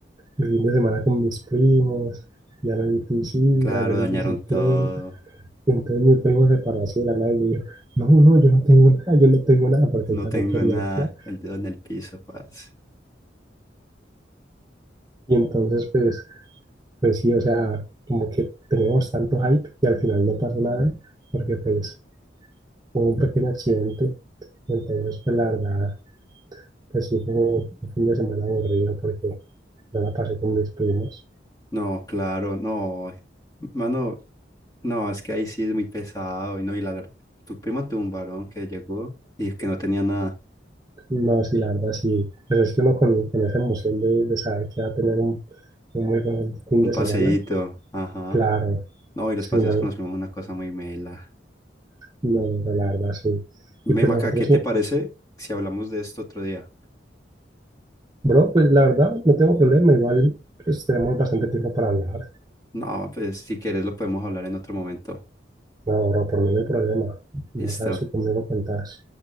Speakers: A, on the right; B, on the left.
A: El fin de semana con mis primos, ya no hay piscina,
B: Claro,
A: ya no
B: dañaron
A: hay bicicleta.
B: todo.
A: Y entonces mi primo se paró así de la nada y yo dijo, no, no, yo no tengo nada, yo no tengo nada, porque
B: No
A: él también
B: tengo
A: quería
B: nada.
A: el plan.
B: El dedo en el piso, paz.
A: Y entonces, pues, pues sí, o sea, como que teníamos tanto hype y al final no pasó nada, porque pues hubo un pequeño accidente. Y entonces, pues la verdad, pues sí fue un fin de semana aburrido porque no la pasé con mis primos.
B: No, claro, no. Mano, no, es que ahí sí es muy pesado. Y no, y la ver- tu prima tuvo un varón que llegó y que no tenía nada.
A: No, sí, la verdad, sí. Pues es que uno con, con esa emoción de, de saber que va a tener un, un muy buen fin
B: Un
A: de
B: paseíto.
A: semana,
B: Ajá.
A: claro,
B: No, y los
A: sí,
B: paseos
A: no,
B: con los primos es una cosa muy mela.
A: no, no, la verdad, sí.
B: Memaca,
A: Y pues nosotros
B: ¿qué te
A: sí,
B: parece si hablamos de esto otro día?
A: bro, pues la verdad, no tengo problema, igual pues tenemos bastante tiempo para hablar.
B: No, pues si quieres lo podemos hablar en otro momento.
A: No, bro, por mí no hay problema. Me
B: Listo.
A: sabes si conmigo cuentas.